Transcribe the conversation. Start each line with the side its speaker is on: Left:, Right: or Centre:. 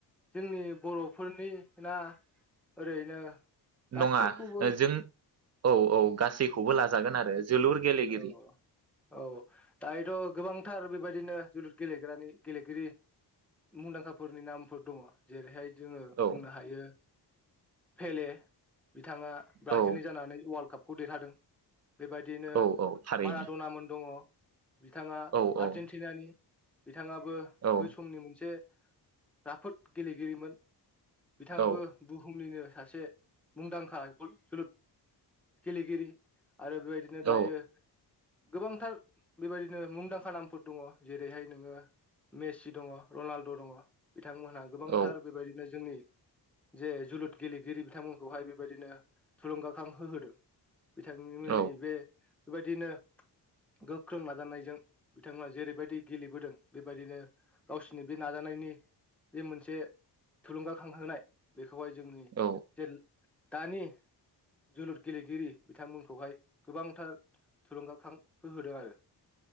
Centre: जोंनि बर'फोरनि ना ओरैनो गासिखौबो
Right: नङा जों औ औ गासैखौबो लाजागोन आरो जोलुर गेलेगिरि
Centre: औ औ दायोथ' गोबां थार बेबायदिनो जोलुर गेलेग्रानि गेलेगिरि मुंदांखाफोरनि नामफोर दङ' जेरैहाय जोङो
Right: औ
Centre: बुंनो हायो फेेले बिथाङा ब्राजिलनि
Right: औ
Centre: जानानै अवार्ल्ड काप खौ देरहादों। बेबायदिनो
Right: औ औ थारैनो
Centre: माराद'नामोन दङ'। बिथाङा
Right: औ औ
Centre: आर्जेेनटिनानि। बिथाङाबो
Right: औ
Centre: बै समनि मोनसे राफोद गेलेगिरिमोन। बिथाङाबो
Right: औ
Centre: बुहुमनिनो सा से मुंदांखा <unintelligible> जोलुर गेलेगिरि। आरो बेबायदिनो
Right: औ
Centre: दायो गोबांथार बेबायदिनो मुंदांखा नामफोर दङ जेरैहाय नोङो मेसि दङ रनाल्द' दङ। बिथांमोनहा गोबांथार
Right: औ
Centre: बेबायदिनो जोंनि जे जोलुद गेलेगिरि बिथांमोनखौहाय बेबायदिनो थुलुंगाखांहो होदों बिथांनिमोनै
Right: औ
Centre: बे बेबायदिनो गोख्रों नाजानायजों बिथांमोना जेरैबायदि गेलेबोदों बेबायदिनो गावसोरनि बे नाजानायनि बे मोनसे थुलुंगाखांहोनाय बेख खौहाय जोंनि
Right: औ
Centre: जेल दानि जोलुर गेलेगिरि बिथांमोनखौहाय गोबांथार थुलुंगाखां होहोदों आरो